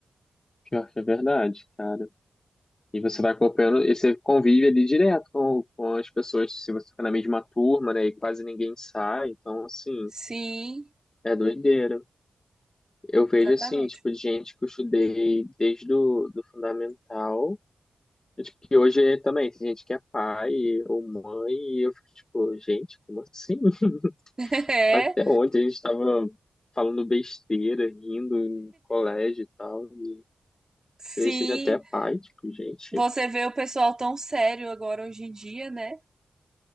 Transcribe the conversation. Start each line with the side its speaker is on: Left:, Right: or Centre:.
Left: pior que é verdade, cara. E você vai acompanhando, e você convive ali direto com, com as pessoas, se você fica na mesma turma, né, e quase ninguém sai, então, assim,
Right: Sim,
Left: é doideira. Eu vejo,
Right: exatamente.
Left: assim, tipo, de gente que eu estudei desde do, do fundamental, e, tipo, que hoje é também tem gente que é pai ou mãe, e eu fico, tipo, gente, como assim? <laughs>
Right: <laughs> É,
Left: Até ontem a gente tava falando besteira, rindo em colégio e tal, e
Right: sim.
Left: se você já até é pai, tipo, gente,
Right: Você vê o pessoal tão sério agora hoje em dia, né?